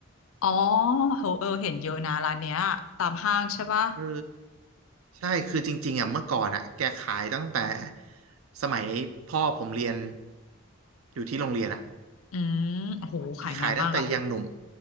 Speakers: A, on the left; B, on the right.
A: อ๋อเออเออเห็นเยอะนะร้านเนี้ยตามห้างใช่ปะ
B: เออใช่คือจริงๆอ่ะเมื่อก่อนอ่ะแกขายตั้งแต่สมัยพ่อผมเรียนอยู่ที่โรงเรียนอ่ะ
A: อืมโหขายนานมากอะ
B: ขายตั้งแต่ยังหนุ่ม